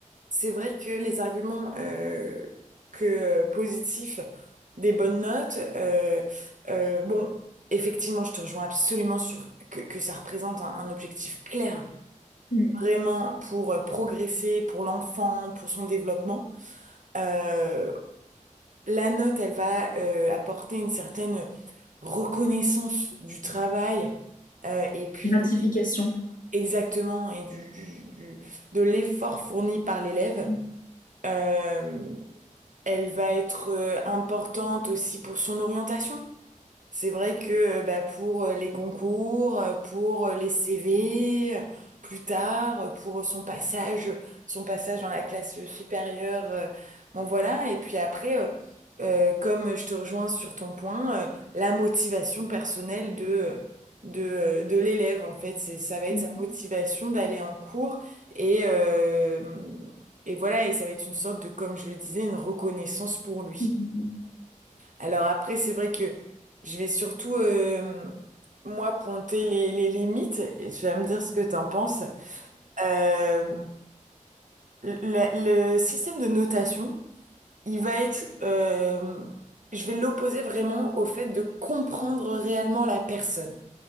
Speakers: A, on the right; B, on the left.
A: c'est vrai que les arguments euh, que euh, positifs des bonnes notes, euh, euh, bon, effectivement, je te rejoins absolument sur que, que ça représente un, un objectif clair,
B: Mm.
A: vraiment pour euh, progresser, pour l'enfant, pour son développement. Euh, la note, elle va euh, apporter une certaine reconnaissance du travail euh, et puis
B: Gratification.
A: de- exactement et du, du, du- de l'effort fourni par l'élève.
B: Mm.
A: Euh, elle va être euh, importante aussi pour son orientation. C'est vrai que euh, bah, pour euh, les concours, euh, pour euh, les CV, euh, plus tard, euh, pour euh, son passage, son passage dans la classe supérieure, euh, bon voilà. Et puis après, euh, euh, comme je te rejoins sur ton point, euh, la motivation personnelle de, euh, de, euh, de l'élève, en fait, c'est, ça va être
B: Mm,
A: sa motivation d'aller en cours et, euh, et voilà, et ça va être une sorte de, comme je le disais, une reconnaissance pour lui.
B: mm,
A: Alors après, c'est vrai que je vais surtout, euh, moi, pointer les, les limites et tu vas me dire ce que t'en penses. Euh, le, le système de notation, il va être, euh, je vais l'opposer vraiment au fait de comprendre réellement la personne.